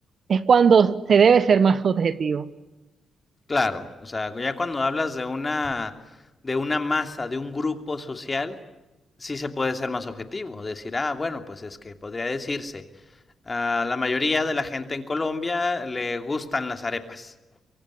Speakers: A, on the right; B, on the left.
A: es cuando se debe ser más objetivo.
B: Claro, o sea, ya cuando hablas de una, de una masa, de un grupo social, sí se puede ser más objetivo, decir, ah, bueno, pues es que podría decirse, a la mayoría de la gente en Colombia le gustan las arepas.